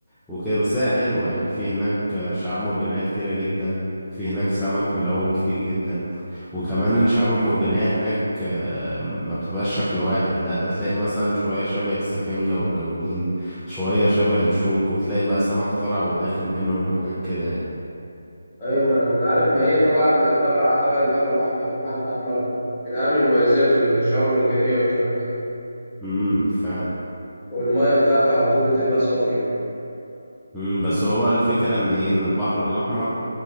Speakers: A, in the centre; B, on the left (about 20°).
A: وكده بس هي حلوة يعني في هناك شعاب مرجانية كتيرة جدا في هناك سمك ملون كتير جدا وكمان الشعاب المرجانية هناك آه، ما بتبقاش شكل واحد لا ده تلاقي مثلا شوية شبه السفنجة وملونين شوية شبه الشوك وتلاقي بقى سمك طالع وداخل منهم وحاجات كده يعني
B: أيوة ما أنا ما أنا عارف ما هي طبعا طبعا تبع البحر الأحمر البحر الأحمر من أهم مميزاته الشعاب المرجانية والكلام ده
A: امم فعلا
B: والمية بتاعته على طول بتبقى صافية
A: مم، بس هو بقى الفكرة ان ايه ان البحر الاحمر